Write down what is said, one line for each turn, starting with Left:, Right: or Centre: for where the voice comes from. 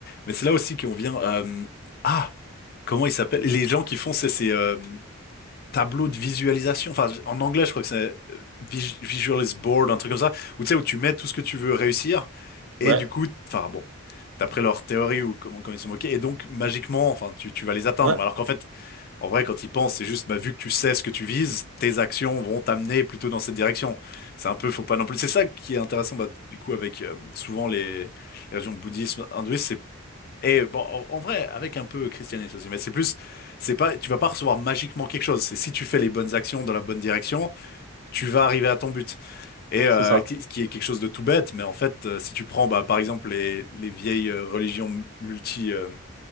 Left: Mais c'est là aussi qu'on vient. euh, Ah! Comment ils s'appellent? Les gens qui font ces, ces euh, tableaux de visualisation. Enfin, en anglais, je crois que c'est euh, vis- Visualis Board, un truc comme ça. Où tu sais, où tu mets tout ce que tu veux réussir. Et
Right: Ouais,
Left: du coup, enfin bon, d'après leur théorie ou comment, comment ils sont moqués. Et donc, magiquement, enfin, tu, tu vas les atteindre.
Right: ouais,
Left: Alors qu'en fait, en vrai, quand ils pensent, c'est juste, bah, vu que tu sais ce que tu vises, tes actions vont t'amener plutôt dans cette direction. C'est un peu, faut pas non plus. C'est ça qui est intéressant, bah, du coup, avec euh, souvent les, les religions bouddhistes, hindouistes, et bon, en, en vrai, avec un peu christianisme aussi, mais c'est plus, c'est pas, tu vas pas recevoir magiquement quelque chose. C'est si tu fais les bonnes actions dans la bonne direction, tu vas arriver à ton but. Et euh,
Right: c'est ça.
Left: qui, ce qui est quelque chose de tout bête, mais en fait, euh, si tu prends, bah, par exemple, les, les vieilles euh, religions multi, euh,